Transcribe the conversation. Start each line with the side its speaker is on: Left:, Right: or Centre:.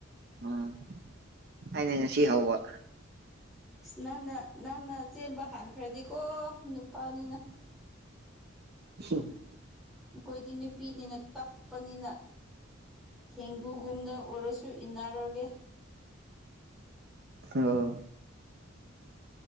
Right: ꯎꯝ ꯑꯩꯅ ꯉꯁꯤ ꯍꯧꯕ
Centre: ꯑꯁ ꯅꯪꯅ ꯅꯪꯅ ꯆꯦꯟꯕ ꯍꯥꯟꯈ꯭ꯔꯗꯤꯀꯣ ꯅꯨꯄꯥꯅꯤꯅ
Right: ꯎꯝ
Centre: ꯑꯩꯈꯣꯏꯗꯤ ꯅꯨꯄꯤꯅꯤꯅ ꯇꯞꯄꯅꯤꯅ ꯊꯦꯡꯒꯨꯒꯨꯝꯗ ꯑꯣꯏꯔꯁꯨ ꯏꯟꯅꯔꯒꯦ
Right: ꯑꯣ